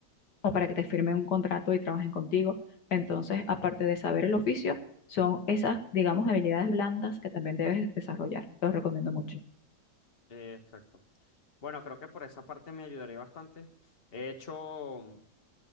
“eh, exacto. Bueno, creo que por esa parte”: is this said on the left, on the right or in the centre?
Left